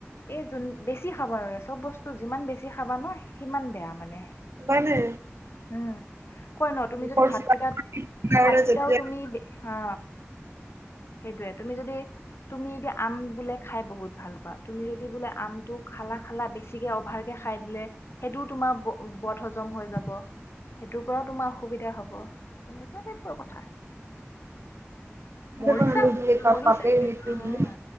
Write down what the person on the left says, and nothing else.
এই যোন বেছি খাব নালাগে চব বস্তু যিমান বেছি খাবা ন সিমান বেয়া মানে
উম, কই ন তুমি
যদি ভাত কেইটাত
ভাত কেইটাও
তুমি অ সেইটোয়ে, তুমি যদি তুমি আম বোলে খাই বহুত ভাল পোৱা তুমি যদি আমটো খালা খালা বেছিকে অভাৰ কে খাই লে, সেইটো তোমাৰ ব বত হজম হৈ যাব, সেইটো পৰাও তোমাৰ অসুবিধা হ'ব, সেইটো কতে পা কথা মৰিছা
মৰিছা
উম